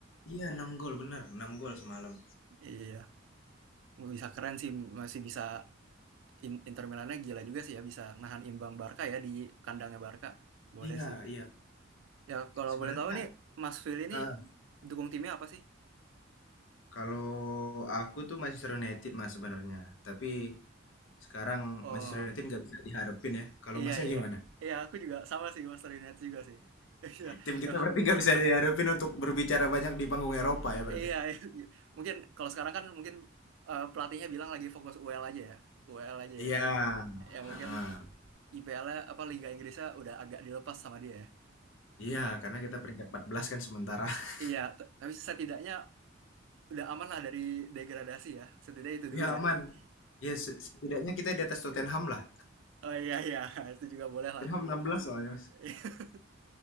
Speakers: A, on the left (about 70°); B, on the right (about 70°).
A: Iya, 6 gol bener, enam gol semalam.
B: Iya, bisa keren sih masih bisa in- Inter Milannya gila juga sih ya bisa nahan imbang Barca ya di kandangnya Barca. Boleh
A: Iya,
B: sih.
A: iya.
B: Ya, kalau
A: Sebenarnya
B: boleh tahu nih Mas Willy ini
A: ah,
B: dukung timnya apa sih?
A: kalau aku tuh Manchester United mas sebenarnya, tapi sekarang
B: Oh.
A: Manchester United nggak bisa diharapin ya. Kalau
B: Iya
A: masnya
B: iya
A: gimana?
B: iya aku juga sama sih Master United juga sih. <laughs> Iya
A: Tim kita
B: emang-
A: berarti nggak bisa diharapin untuk berbicara banyak di panggung Eropa ya berarti.
B: iya iya. mungkin kalau sekarang kan mungkin eh, pelatihnya bilang lagi fokus UEL aja ya UEL aja
A: Iya.
B: ya. Ya mungkin
A: heeh.
B: IPL-nya apa Liga Inggrisnya udah agak dilepas sama dia ya.
A: Iya,
B: Ta-
A: karena kita peringkat 14 kan sementara. <laughs>
B: Iya t- tapi setidaknya udah aman lah dari degradasi ya setidaknya itu
A: Ya
B: dulu
A: aman.
B: ya. <laughs>
A: Ya se- setidaknya kita di atas Tottenham lah.
B: Oh iya iya itu juga boleh lah.
A: Tottenham 16 soalnya, Mas.
B: <laughs>